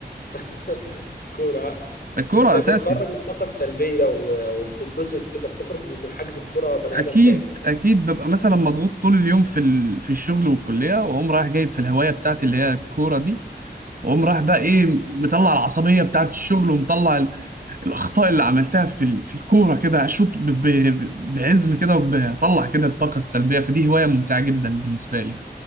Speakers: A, on the left; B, on the right.
A: <laughs> كورة
B: الكوره
A: بت... بتخرج
B: اساسي
A: الطاقة السلبية و... وبتتبسط كده بتخرج من حجز الكرة بني
B: اكيد
A: آدم تاني
B: اكيد ببقى مثلا مضغوط طول اليوم في ال... في الشغل والكليه واقوم رايح جايب في الهوايه بتاعتي اللي هي الكوره دي واقوم رايح بقى ايه مطلع العصبيه بتاعت الشغل ومطلع الاخطاء اللي عملتها في ال- في الكوره كده اشوط ب- ب- بعزم كده وبطلع كده الطاقه السلبيه فدي هوايه ممتعه جدا بالنسبه لي